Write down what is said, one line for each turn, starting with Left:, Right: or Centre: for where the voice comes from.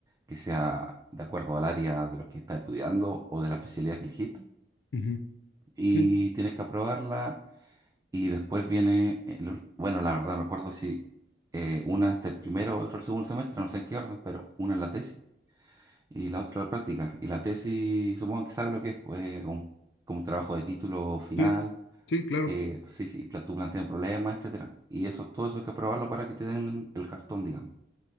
Right: que sea de acuerdo al área de lo que estás estudiando o de la especialidad que elegiste.
Left: ujú,
Right: Y
Left: Sí,
Right: tienes que aprobarla Y después viene, el ul- bueno, la verdad no recuerdo si eh, una hasta el primero o otro el segundo semestre, no sé en qué orden, pero una en la tesis y la otra en la práctica. Y la tesis, supongo que sabe lo que es, pues un, como un trabajo de título final,
Left: sí, sí, claro.
Right: que sí, sí, pla- tú planteas un problema, etcétera. Y eso, todo eso hay que aprobarlo para que te den el cartón, digamos.